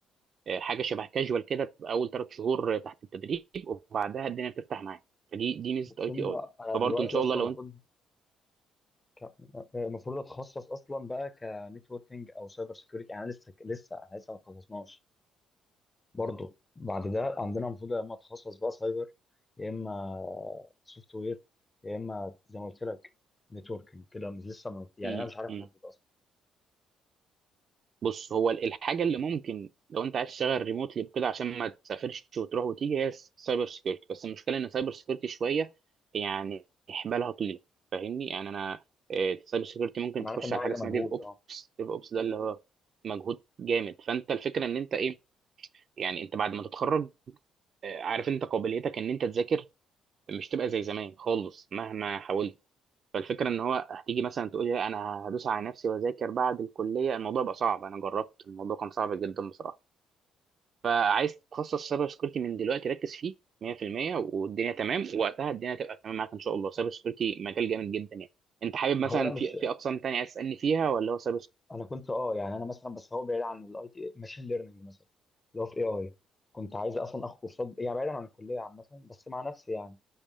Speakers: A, on the right (about 45°); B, on the left (about 15°).
A: آه، حاجه شبه كاجوال كده بتبقى اول ثلاث شهور تحت التدريب وبعدها الدنيا بتفتح معاك فدي دي ميزه
B: بس
A: اي
B: هم
A: تي اي
B: انا
A: فبرضه
B: دلوقتي
A: ان شاء
B: اصلا
A: الله لو
B: المفروض
A: انت
B: ك- المفروض اتخصص اصلا بقى كنتوركينج او سايبر سيكيورتي يعني لسه لسه أنا لسه ما اتخصصناش برضه بعد ده عندنا المفروض يا اما اتخصص بقى سايبر يا اما سوفت وير يا اما زي ما قلت لك نتوركينج كده مش لسه ما- يعني
A: م-
B: انا مش عارف
A: م.
B: احدد اصلا
A: بص هو ال- الحاجه اللي ممكن لو انت عايز تشتغل ريموتلي كده عشان ما تسافرش وتروح وتيجي هي السايبر سكيورتي بس المشكله ان السايبر سكيورتي شويه يعني حبالها طويله فاهمني يعني انا آه، السايبر سكيورتي ممكن
B: انا
A: تخش
B: عارف انها
A: على
B: عايزه
A: حاجه اسمها
B: مجهود
A: ديف اوبس
B: اه
A: ديف اوبس ده اللي هو مجهود جامد فانت الفكره ان انت ايه يعني انت بعد ما تتخرج آه، عارف انت قابليتك ان انت تذاكر مش تبقى زي زمان خالص مهما حاولت فالفكره ان هو هتيجي مثلا تقولي لا انا هدوس على نفسي واذاكر بعد الكليه الموضوع بقى صعب انا جربت الموضوع كان صعب جدا بصراحه فعايز تتخصص سايبر سكيورتي من دلوقتي ركز فيه 100% والدنيا تمام وقتها الدنيا تبقى تمام معاك ان شاء الله سايبر سكيورتي مجال جامد جدا يعني انت حابب مثلا
B: هو انا مش
A: في في اقسام تانية عايز تسالني فيها ولا هو سايبر سكيورتي؟
B: انا كنت اه يعني انا مثلا بس هو بعيد عن الاي تي ماشين ليرنينج مثلا اللي هو في اي اي كنت عايز اصلا اخد كورسات يعني بعيدا عن الكليه عامه بس مع نفسي يعني